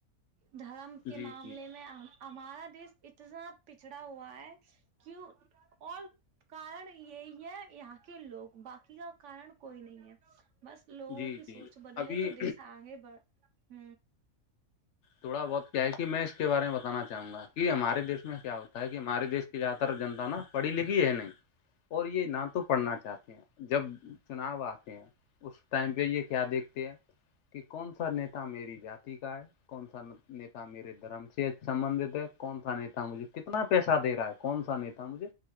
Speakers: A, on the right; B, on the left.
A: دھرم کے
B: جی
A: معاملے
B: جی
A: میں ہمارا دیش اتنا پچھڑا ہوا ہے کیوں اور کارن یہی ہے یہاں کے لوگ باقی کا کارن کوئی نہیں ہے بس لوگوں
B: جی
A: کی
B: جی
A: سوچ بدلے
B: ابھی
A: تو دیس آگے بڑ ہ
B: تھوڑا بہت کیا ہے کہ میں اس کے بارے میں بتانا چاہوں گا کہ ہمارے دیش میں کیا ہوتا ہے کہ ہمارے دیش زیادہ تر جنتا نا پڑھی لکھی ہے نہیں اور یہ نہ تو پڑھنا چاہتے ہیں جب چناؤ آتے ہیں اس ٹائم پہ یہ کیا دیکھتے ہیں کہ کون سا نیتا میری جاتی کا ہے کون سا نہ نیتا میرے دھرم سے سمبندت ہے کون سا نتا مجھے کتنا پیسہ دے رہا ہے کون سا نیتا مجھے